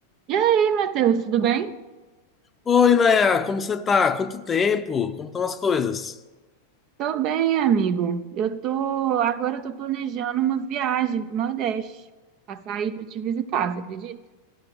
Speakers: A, on the right; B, on the left.
A: E aí, Matheus, tudo bem?
B: Oi, Nayá, como você tá? Quanto tempo? Como estão as coisas?
A: Tô bem, amigo. Eu tô, agora eu tô planejando uma viagem pro Nordeste, Passar aí pra te visitar, você acredita?